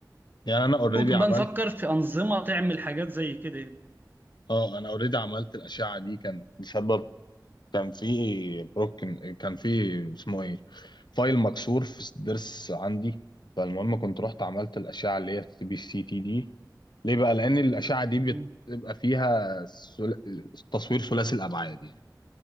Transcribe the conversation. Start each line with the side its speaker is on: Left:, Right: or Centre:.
Left: يعني انا اوريدي
Right: ممكن
Left: عملت
Right: بقى نفكر في انظمه تعمل حاجات زي كده يعني.
Left: اه انا اوريدي عملت الأشعة دي كان بسبب كان في بروك كان في اسمه ايه فايل مكسور في الضرس عندي فالمهم كنت رحت عملت الاشعه اللي هي السي بي سي تي دي ليه بقى لان الاشعه دي
Right: مم.
Left: بتبقى فيها سل... تصوير ثلاثي الابعاد يعني